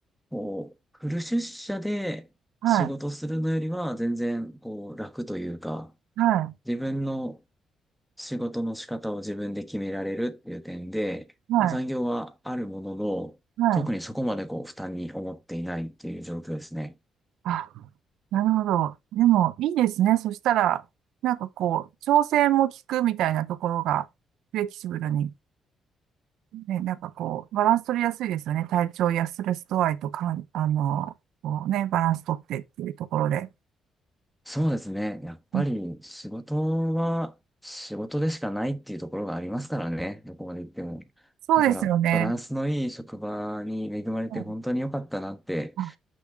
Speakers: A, in the centre; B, on the right (about 80°).
A: こう、フル出社で仕事するのよりは全然こう楽というか、
B: はい、はい、
A: 自分の仕事の仕方を自分で決められるっていう点で、
B: は
A: まあ残業はあるものの、
B: い、はい。
A: 特にそこまでこう負担に思っていないっていう状況ですね。
B: あ、なるほど。でも、いいですね。そしたら、なんかこう、調整も効くみたいなところが、フレキシブルに、ね、なんかこう、バランス取りやすいですよね。体調やストレス度合いとかん、あの、こうね、バランス取ってっていうところで
A: そうですね。やっぱり仕事は仕事でしかないっていうところがありますからね。
B: で
A: どこまで行っても。
B: そうですよね
A: だからバランスのいい職場に恵まれて本当に良かったなって
B: うんあ